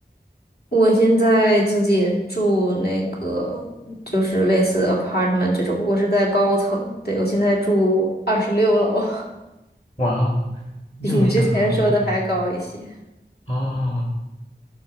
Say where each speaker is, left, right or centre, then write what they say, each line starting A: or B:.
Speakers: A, on the left (about 60°); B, on the left (about 35°).
A: 我现在自己住那个就是类似 apartment 这种，我是在高层，对，我现在住二十六楼，
B: 哇哦，
A: <laughs> 比你之前说的还高一些。
B: 就没想到，嗯，哦，哦哦